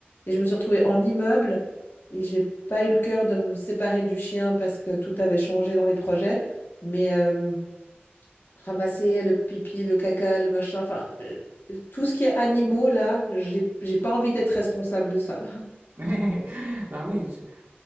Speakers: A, on the left; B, on the right.
A: Et je me suis retrouvée en immeuble et j'ai pas eu le cœur de me séparer du chien parce que tout avait changé dans les projets. Mais euh, ramasser le pipi, le caca, le machin, enfin euh, tout ce qui est animaux là, j'ai j'ai pas envie d'être responsable de ça.
B: <laughs> bah oui, je-